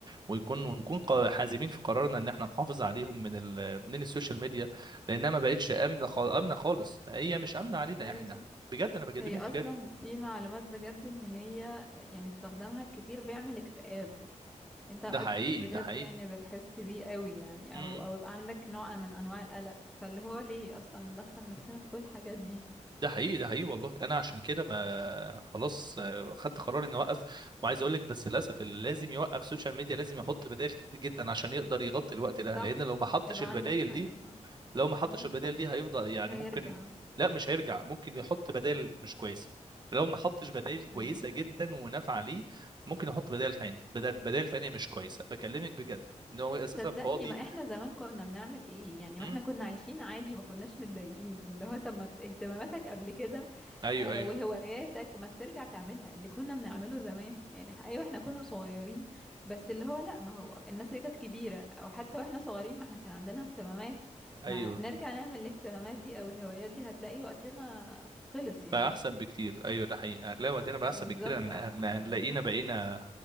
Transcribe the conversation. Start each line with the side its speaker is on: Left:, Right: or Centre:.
Right: ويكون
Centre: ايوه
Right: ونكون
Centre: صح
Right: قا- حازمين في قرارنا ان احنا نحافظ عليهم من ال... من السوشيال ميديا لانها ما بقتش امنه خال... امنه خالص هي مش امنه علينا
Centre: ايوه
Right: احنا
Centre: صح
Right: بجد انا بكلمك
Centre: هي اصلا
Right: بجد
Centre: في معلومات بجد ان هي يعني استخدامها كتير بيعمل اكتئاب انت اوقات
Right: ده حقيقي
Centre: بجد
Right: ده حقيقي
Centre: يعني بتحس بيه قوي يعني
Right: م- م.
Centre: او او يبقى عندك نوع من انواع القلق فاللي هو ليه اصلا ندخل نفسنا في كل الحاجات دي
Right: ده حقيقي ده حقيقي والله انا عشان كده ما خلاص آه، خدت قرار اني اوقف وعايز اقول لك بس للاسف اللي لازم يوقف سوشيال ميديا لازم يحط بدائل كتير جدا عشان يقدر يغطي الوقت ده
Centre: صح
Right: لان لو ما حطش
Centre: يبقى
Right: البدائل
Centre: عندك حاجة
Right: دي
Centre: صح
Right: لو ما حطش
Centre: مم.
Right: البدائل دي هيفضل يعني
Centre: هيرجع
Right: ممكن لا مش هيرجع ممكن يحط بدائل مش كويسه لو ما حطش بدائل كويسه
Centre: ايوه
Right: جدا ونافعه ليه ممكن يحط بدائل تانية بدائل بدائل تانية مش كويسه بكلمك بجد ان هو اساسا
Centre: صدقني
Right: فاضي
Centre: ما احنا زمان كنا بنعمل ايه يعني
Right: امم
Centre: ما احنا كنا عايشين عادي ما كناش متضايقين اللي هو طب ما ت- اهتماماتك قبل كده
Right: ايوه
Centre: آه،
Right: ايوه
Centre: وهواياتك ما ترجع تعملها اللي كنا بنعمله زمان يعني ح- ايوه احنا كنا صغيرين بس اللي هو لا ما هو الناس اللي كانت كبيرة او حتى واحنا صغيرين ما احنا كان عندنا اهتمامات
Right: ايوه
Centre: ما نرجع نعمل الاهتمامات دي او الهوايات دي هتلاقي وقتنا خلص يعني
Right: بقى احسن بكتير ايوه ده حقيقه هتلاقي وقتنا بقى
Centre: بالظبط
Right: احسن بكتير هن-
Centre: آه،
Right: هن- هنلاقينا بقينا